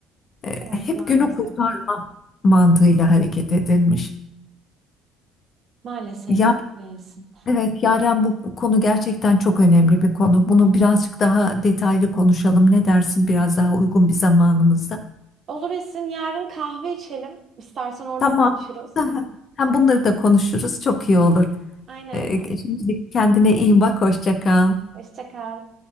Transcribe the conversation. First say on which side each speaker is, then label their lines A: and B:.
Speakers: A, on the left; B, on the right.
A: E,
B: Evet
A: hep
B: maalesef.
A: günü kurtarma mantığıyla hareket edilmiş.
B: Maalesef
A: Yani
B: ki öylesin.
A: Evet, Yaren bu konu gerçekten çok önemli bir konu. Bunu birazcık daha detaylı konuşalım. Ne dersin biraz daha uygun bir zamanımızda?
B: Olur Esin yarın kahve içelim. İstersen orada
A: Tamam.
B: konuşuruz.
A: Hem bunları da konuşuruz. Çok iyi olur.
B: Aynen.
A: Ee, şimdilik kendine iyi bak. Hoşça kal.
B: Hoşça kal.